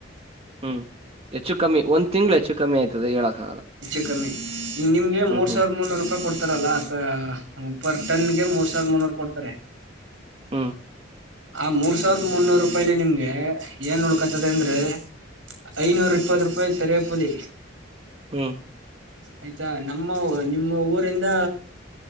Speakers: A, on the right (about 30°); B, on the right (about 90°).
A: ಹ್ಮ್ ಹೆಚ್ಚು ಕಮ್ಮಿ ಒಂದ್ ತಿಂಗ್ಗಳು ಹೆಚ್ಚು ಕಮ್ಮಿ ಆಯ್ತದೆ ಹೇಳಕ್ ಆಗಲ್ಲ
B: ಹೆಚ್ಚು ಕಮ್ಮಿ ಈ ನಿಮಗೆ
A: ಹ್ಮ್
B: ಮೂರ್ ಸಾವಿರದ ಮುನೂರು ರೂಪಾಯಿ ಕೊಡ್ತ ಕೊತಾರಲ್ಲ ಅ ಪರ್ ಟನ್ಗೆ ಮೂರ್ ಸಾವಿರದ ಮುನ್ನೂರು ಕೊಡ್ತಾರೆ
A: ಹ್ಮ
B: ಆ ಮೂರ್ ಸಾವಿರದ ಮುನ್ನೂರು ರೂಪಾಯಿಲಿ ನಿಮ್ಗೆ ಏನ್ ನೋಡ್ಕತದ ಅಂದ್ರೆ ಐನೂರ ಇಪ್ಪತ್ ರೂಪಾಯಿ ತರಕಲಿ
A: ಹ್ಮ್
B: ಆಯ್ತಾ ನಮ್ಮ ನಿಮ್ಮ ಊರಿಂದ